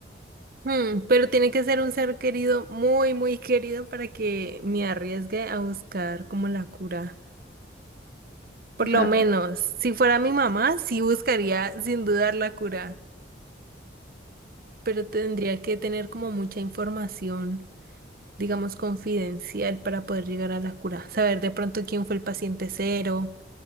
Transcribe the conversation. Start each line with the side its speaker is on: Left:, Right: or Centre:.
Right: Hmm, pero tiene que ser un ser querido, muy, muy querido para que me arriesgue a buscar como la cura. Por
Left: O sea,
Right: lo menos,
Left: tú-
Right: si fuera mi mamá, sí buscaría sin dudar la cura, pero tendría que tener como mucha información, digamos, confidencial para poder llegar a la cura. Saber de pronto quién fue el paciente cero